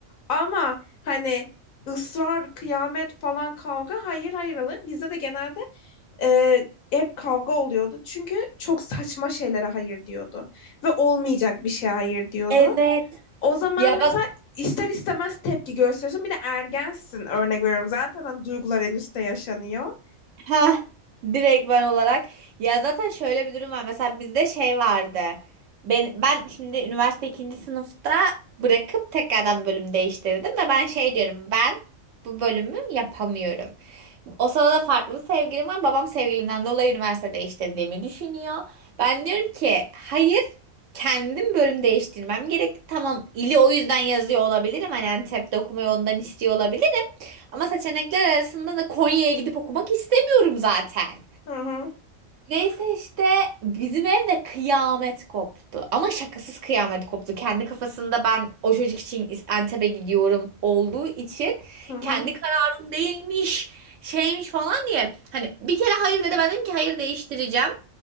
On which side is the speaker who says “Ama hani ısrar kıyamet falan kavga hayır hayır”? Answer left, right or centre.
Left